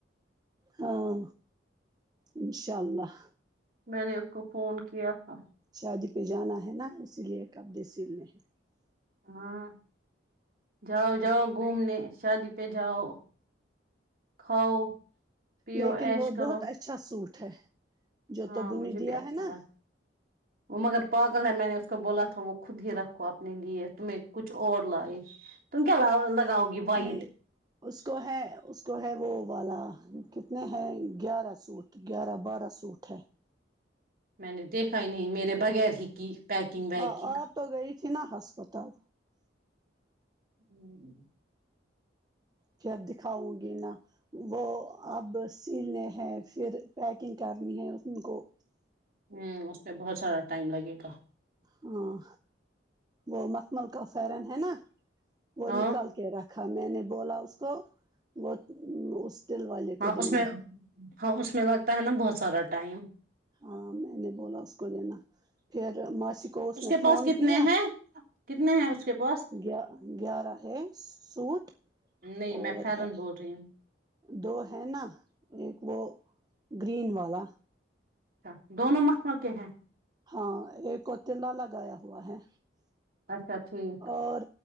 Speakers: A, on the right; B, on the right.
A: ہاں انشاء اللہ
B: میں نے اس کو فون کیا تھا
A: شادی پہ جانا ہے نا اسی لیے کب د سل نہیں
B: ہاں جاؤ جاؤ گھومنے شادی پہ جاؤ کھاؤ پیو
A: لیکن
B: ایش
A: وہ
B: کرو
A: بہت اچھا سوٹ مھے جو
B: ہاں
A: تو بنے
B: مجھے
A: دیا
B: بھی اچھا
A: ہے نا
B: لگا وہ مگر پاگل ہے میں نے اس کو بولا تھا وہ خود ہی رکھ کو اپنے لیے تمہیں کچھ اور لائے تم کیا لگاؤ گی وائٹ
A: نہیں اس کو ہے اس کو ہے وہ والا کتنے ہیں گیارہ سوٹ گیارہ بارہ سوٹ ہے
B: میں نے دیکھا ہی نہیں میرے بغیر ہی کی پیکنگ ویکنگ
A: ہاں آپ تو گئی سنا ہسپتال
B: ہوں
A: پھر دکھاؤں گی نا وہ اب سینے ہے پھر پیکنگ کرنی ہے کو
B: ہوں اس پہ بہت سارا ٹائم لگے گا
A: ہاں وہ مکھمل کا فرن ہے نا وہ
B: ہاں
A: نکل کے رکھا میں نے بولا اس تو وہ اس دل والے
B: ہاں
A: کو
B: اس
A: دینا
B: میں ہاں اس میں لگ تا ہے نا بہت سارا ٹائم
A: ہاں میں نے بولا اس کو لینا پھر ماسی کو اس نے
B: کے
A: فون
B: پاس کتنے
A: کیا
B: ہیں کتنے ہیں اس کے پاس
A: گیا گیارہ ہے سوٹ
B: نہیں
A: اور
B: میں فیرن
A: ہے
B: بول رہی ہوں
A: دو ہے نا ایک وہ گرین والا
B: اچھا دونوں مکم کے ہیں
A: ہاں ایک کو تلا لگایا ہوا ہے
B: اچھا ٹھیک
A: اور